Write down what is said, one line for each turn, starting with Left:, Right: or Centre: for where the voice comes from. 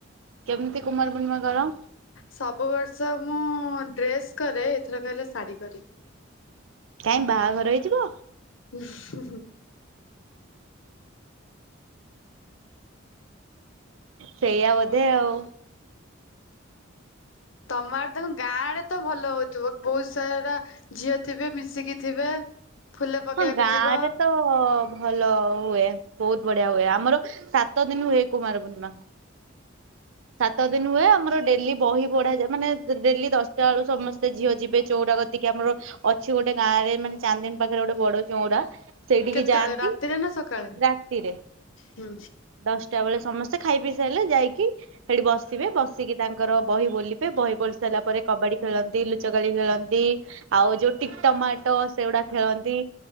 Right: କେମତି କୁମାର ପୂର୍ଣ୍ଣିମା କର?
Left: ସବୁ ବର୍ଷ ମୁଁ ଡ୍ରେସ୍ କରେ ଏଥର କହିଲେ ଶାଢୀ କରେ
Right: କାଇଂ ବାହାଘର ହେଇଯିବ।
Left: ଉହୁ
Right: ସେଇଆ ବୋଧେ ଆଉ
Left: ତମର ତଣ ଗାଁରେ ତ ଭଲ ହଉଥିବ ବହୁତ ସାରା ଝିଅ ଥିବେ ମିଶିକି ଥିବେ। ଫୁଲ ପକେଇବାକୁ
Right: ହଁ ଗାଁ
Left: ଯିବ
Right: ରେ ତ ଭଲ ହୁଏ ବହୁତ ବଢିଆ ହୁଏ ଆମର ସାତ ଦିନ ହୁଏ, କୁମାର ପୂର୍ଣ୍ଣିମା ସାତ ଦିନ ହୁଏ ଆମର ଡେଲି ବହି ପଢାଯାଏ, ମାନେ ଡେଲି ଦଶଟା ବେଳୁ ସମସ୍ତେ ଝିଅ ଯିବେ ଚଉଂରା ତା କତିକି ଆମର ଅଛି, ଗୋଟେ ଗାଁରେ ମାନେ ଚାନ୍ଦିନୀ ପାଖରେ ଗୋଟେ ବଡ ଚଉଂରା ସେଇଠିକି
Left: କେତେବେଳେ
Right: ଯାଆନ୍ତି
Left: ରାତିରେ ନା ସକାଳେ?
Right: ରାତିରେ
Left: ହୁଁ
Right: ଦଶଟା ବେଳେ ସମସ୍ତେ ସେ ଖାଇ ପିଇ ସାଇଲେ ଯାଇକି ସେଠି ବସିବେ ବସିକି ତାଙ୍କର ବହି ବୋଲିଵେ ଵହି ଵୋଲ ସାରିଲା ପରେ କବାଡି ଖେଳନ୍ତି ଲୁଚକାଳି ଖେଳନ୍ତି ଆଉ ଯୋଉ ଟିକ ଟମାଟ ସେଗୁଡା ଖେଳନ୍ତି।